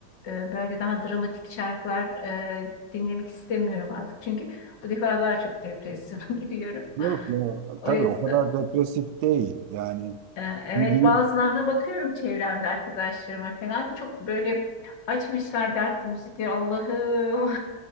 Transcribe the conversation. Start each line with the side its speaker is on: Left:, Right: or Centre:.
Left: e, böyle daha dramatik şarkılar e, dinlemek istemiyorum artık. Çünkü bu defa daha çok depresyona <laughs> giriyorum.
Right: yok ya.
Left: O
Right: Tabii
Left: yüzden.
Right: o kadar depresif değil. Yani
Left: Ee, Evet
Right: değil.
Left: bazılarına bakıyorum çevremde arkadaşlarıma falan çok böyle açmışlar dertli müzikleri Allah'ım